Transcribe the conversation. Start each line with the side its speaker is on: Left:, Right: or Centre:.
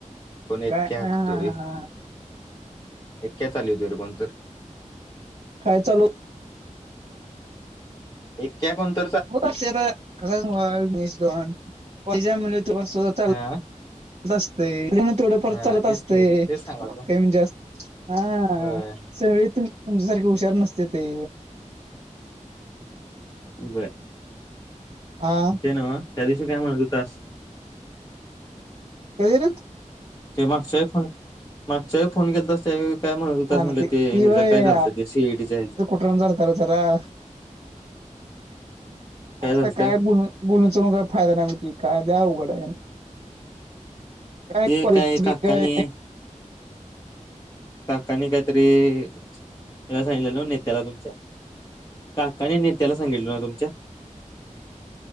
Left: कोणी
Right: काय
Left: क्याक
Right: हा
Left: तुय एक्का चालतोय रे कोणीतर
Right: काय चालू हो
Left: एक्का कोणत
Right: <unintelligible>
Left: हा
Right: तसंच असतय, दुकानात थोड फार
Left: हा
Right: चालत असतय.
Left: तेच की तेच सांगालोय
Right: काही म्हणजे अस हा
Left: होय
Right: सगळी तुमच्यासारखे हुशार नसते ते,
Left: बर,
Right: हा,
Left: ते न्हव, त्या दिवशी काय म्हणत होतास.
Right: कधी रे,
Left: ते मागच्या वेळी फोन, मागच्या वेळी फोन केलतास त्या वेळी काय म्हणत होतास,
Right: आरती
Left: म्हणजे ते
Right: ती
Left: ह्याच
Right: व्हय
Left: काय झालतं ते सी ई डी च्या ह्या
Right: <unintelligible> बोलून,
Left: काय झालतं
Right: चालून काय फायदा नाही म्हणती. काय ते अवघड हाय. काय
Left: ते
Right: परिस्थिती
Left: काकानी
Right: काय
Left: काकानी काहीतरी यायला सांगितले नव्ह. नेत्याला तुमच्या काकांनी नेत्याला सांगितलं ना तुमच्या